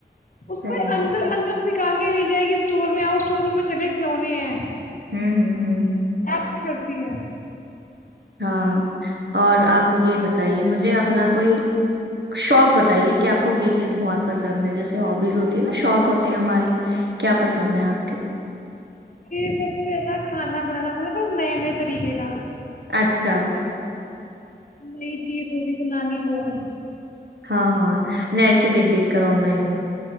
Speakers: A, on the left (about 50°); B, on the right (about 75°).
A: اس
B: صحیح
A: کو اندر
B: ہے
A: اندر نکال کے لی جائے گی اسٹور میں آؤ اسٹور روم میں چلے کھلونے ہیں
B: ہوں ہوں ہوں
A: آپ <inaudible> پیا
B: ہاں اور اپ یہ بتائیے مجھے اپنا کوئی شوق بتائیے کہ اپ کو یہ چیز بہت پسند ہے جیسے ابیز ہوتی ہے نا شوق ہوتے ہیں ہمارے کیا پسند ہیں اپ کو
A: کہ سب سے را کھانا بنانا پسند بس نئے نئے طریقے کا
B: اچھا
A: نئی چیز ہوگی بلانی پ
B: ہاں ہاں نیٹ سے دیکھ دیکھ کر آن لائن